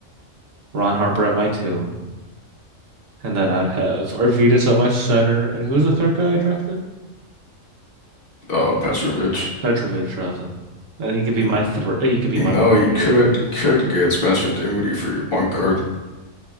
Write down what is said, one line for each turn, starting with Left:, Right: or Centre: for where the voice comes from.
Right: Ron Harper at my two, and then I'd have Arvidas at my center, and who's the third guy I drafted?
Left: uh Petrovic.
Right: Petrovic Rasen, And he could be my
Left: You,
Right: three. He could be
Left: you
Right: my
Left: know, you
Right: three.
Left: could you could get Spencer Dinwiddie for your point guard.